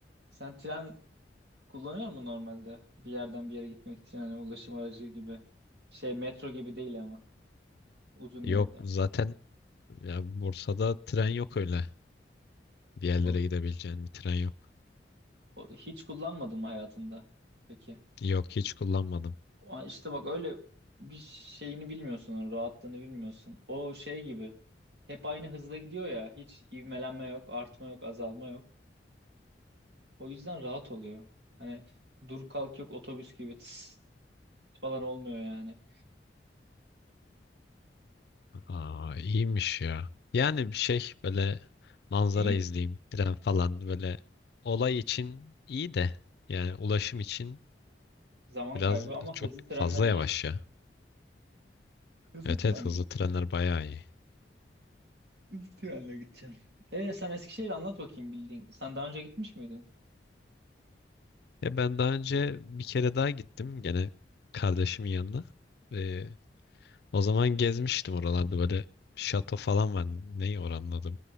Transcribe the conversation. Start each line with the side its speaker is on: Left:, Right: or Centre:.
Right: sen tren kullanıyor musun normalde? Bir yerden bir yere gitmek için hani ulaşım aracı gibi. Şey metro gibi değil ama uzun
Left: Yok
Right: yolda.
Left: zaten ya Bursa'da tren yok öyle. Bir yerlere
Right: O,
Left: gidebileceğin bir tren yok.
Right: o- hiç kullanmadın mı hayatında? Peki.
Left: Yok hiç kullanmadım.
Right: Aa, İşte bak öyle bir şeyini bilmiyorsun, onun rahatlığını bilmiyorsun. O şey gibi hep aynı hızla gidiyor ya. Hiç ivmelenme yok, artma yok, azalma yok. O yüzden rahat oluyor. Hani dur kalk yok otobüs gibi tıs falan olmuyor yani.
Left: Aa, iyiymiş ya. Yani bir şey böyle manzara
Right: İyi
Left: izleyeyim, tren falan böyle olay için iyi de yani ulaşım için
Right: zaman
Left: biraz
Right: kaybı ama
Left: çok
Right: hızlı trenler
Left: fazla
Right: iyi.
Left: yavaş ya.
Right: Hızlı
Left: Evet
Right: trenle,
Left: evet hızlı trenler bayağı iyi.
Right: hızlı trenle gideceksin. Ee sen Eskişehir anlat bakayım bildiğin. Sen daha önce gitmiş miydin?
Left: Ya ben daha önce bir kere daha gittim gene kardeşimin yanına. Ee, o zaman gezmiştim oralarda böyle şato falan var. Neyi oranın adı